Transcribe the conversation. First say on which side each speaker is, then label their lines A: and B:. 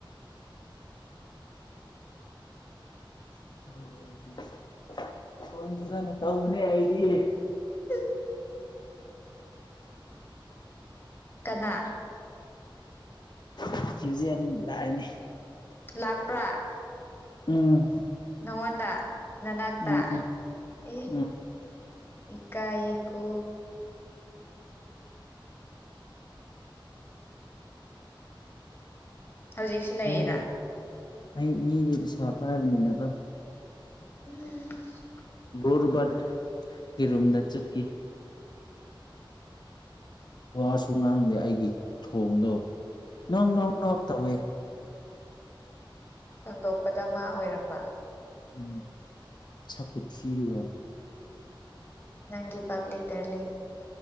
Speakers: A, on the left; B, on the left.
A: <inaudible>
B: <unintelligible> ꯍꯣꯏ ꯐꯖꯟ ꯇꯧꯕꯅꯦ ꯑꯩꯗꯤ
A: <inaudible> ꯀꯅꯥ
B: ꯑꯦ ꯇ꯭ꯌꯨꯖꯦꯟ ꯂꯥꯛꯑꯦꯅꯦ
A: ꯂꯥꯛꯄ꯭ꯔꯥ
B: ꯎꯝ
A: ꯅꯪꯉꯣꯟꯗ ꯅꯅꯥꯛꯇ
B: ꯎꯝ ꯎꯝ
A: ꯑꯦ
B: ꯎꯝ
A: ꯏꯀꯥꯢꯌꯦꯀꯣ ꯍꯧꯖꯤꯛꯁꯨ ꯂꯩꯔ
B: ꯃꯤꯗꯤ ꯑꯩ ꯃꯤꯒꯤ ꯄꯩꯁꯥ ꯄꯥꯏꯔꯤꯝꯅꯤꯅꯀꯣ
A: <unintelligible>
B: ꯎꯔꯨꯕꯠꯀꯤ ꯔꯨꯝꯗ ꯆꯠꯀꯤ ꯋꯥꯁꯨ ꯉꯥꯡꯗꯦ ꯑꯩꯒꯤ ꯊꯣꯡꯗꯣ
A: ꯎꯝ
B: ꯅꯣꯡ ꯅꯣꯡ ꯅꯣꯛ ꯇꯧꯋꯦ
A: ꯍꯥꯡꯗꯣꯛꯄꯗ ꯃꯥ ꯑꯣꯏꯔꯝꯕ
B: ꯎꯝ ꯁꯛ ꯈꯨꯊꯤꯗꯨꯒ
A: ꯅꯪꯒꯤ ꯄꯕ꯭ꯂꯤꯛ ꯗꯔꯂꯤ